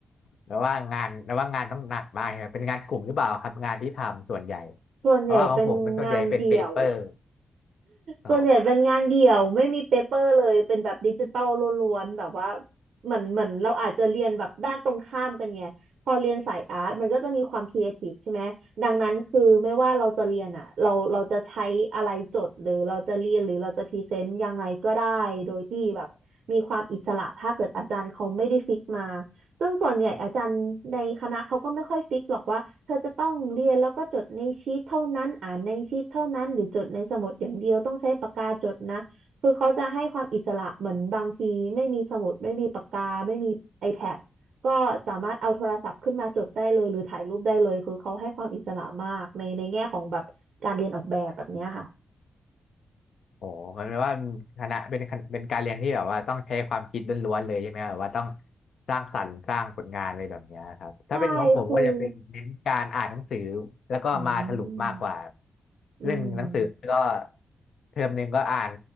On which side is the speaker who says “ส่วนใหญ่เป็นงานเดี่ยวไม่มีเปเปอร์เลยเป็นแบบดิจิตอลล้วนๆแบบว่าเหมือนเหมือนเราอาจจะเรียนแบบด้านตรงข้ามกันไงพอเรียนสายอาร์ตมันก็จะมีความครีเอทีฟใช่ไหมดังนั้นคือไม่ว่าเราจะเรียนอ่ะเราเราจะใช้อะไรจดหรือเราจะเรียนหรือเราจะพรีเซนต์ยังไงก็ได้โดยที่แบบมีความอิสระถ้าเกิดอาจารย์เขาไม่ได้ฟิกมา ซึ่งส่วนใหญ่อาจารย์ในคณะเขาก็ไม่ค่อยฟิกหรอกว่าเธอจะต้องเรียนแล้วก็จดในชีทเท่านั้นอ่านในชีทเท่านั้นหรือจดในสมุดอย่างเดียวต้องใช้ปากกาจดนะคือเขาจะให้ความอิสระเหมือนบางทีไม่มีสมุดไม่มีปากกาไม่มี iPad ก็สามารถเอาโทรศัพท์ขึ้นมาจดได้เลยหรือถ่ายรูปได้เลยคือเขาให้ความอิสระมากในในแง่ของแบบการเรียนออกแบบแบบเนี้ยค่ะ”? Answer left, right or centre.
Right